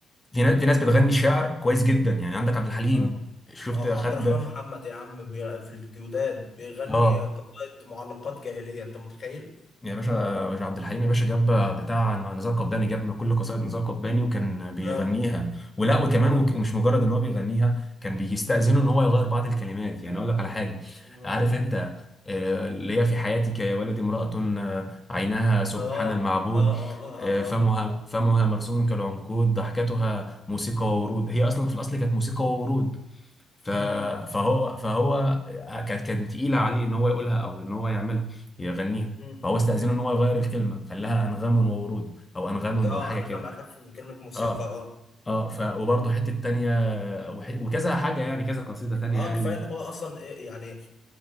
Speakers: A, on the left; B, on the left.
A: في ناس في ناس بتغني شعر كويس جدا يعني عندك عبد الحليم
B: اه
A: شفت
B: اه
A: خد
B: عبد الرحمن محمد يا عم بي- في الجوداد بيغني
A: اه
B: قطائد معلقات جاهلية انت متخيل
A: يا باشا يا عبد الحليم يا باشا جاب بتاع نزار قباني جاب كل قصائد نزار قباني وكان بيغنيها
B: اه
A: ولا وكمان
B: اه
A: وك- ومش مجرد ان هو بيغنيها كان بيستأذنه ان هو يغير بعض الكلمات يعني اقول لك على حاجه
B: مم.
A: عارف انت آه، اللي هي في حياتك يا ولدي امرأة آه، عينها سبحان
B: اه
A: المعبود
B: اه اه اه
A: آه،
B: اه
A: فمها
B: اه.
A: فمها مرسوم كالعنقود ضحكتها موسيقى وورود هي اصلا في الاصل كانت موسيقى وورود ف...
B: مم.
A: فهو فهو كانت كانت تقيله عليه ان هو يقولها او ان هو يعملها يغنيها
B: مم.
A: فهو استاذنه ان هو
B: مم.
A: يغير الكلمه خلاها انغام وورود او انغام
B: اه
A: وحاجه
B: انغام
A: كده
B: اخف من كلمة موسيقى
A: اه
B: اه
A: اه ف وبرضه حته تانية وح... وكذا حاجه يعني كذا قصيده تانية
B: اه
A: يعني
B: كفاية ان هو اصلا إيه يعني